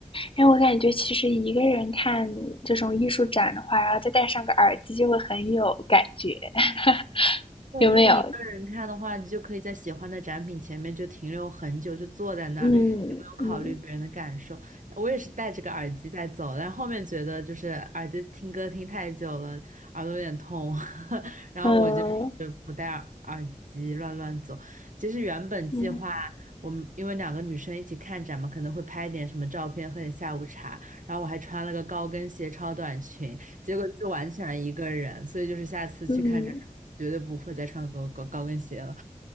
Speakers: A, on the left; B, on the right.
A: 哎，我感觉其实一个人看这种艺术展的话，然后再戴上个耳机，就会很有感觉，<laughs>
B: 对，就是一个人看的话，
A: 有没有？
B: 你就可以在喜欢的展品前面就停留很久，就坐在那儿，
A: 嗯嗯
B: 也不用考虑别人的感受。我也是戴着个耳机在走，但后面觉得就是耳机听歌听太久了，耳朵有点痛，<laughs> 然后我就是不戴耳耳机乱乱走。
A: 嗯
B: 其实原本计划
A: 嗯
B: 我们因为两个女生一起看展嘛，可能会拍点什么照片，喝点下午茶，然后我还穿了个高跟鞋、超短裙，结果是完全一个人，所以就是下次去看展。
A: 嗯，
B: 绝对不会再穿高高高跟鞋了。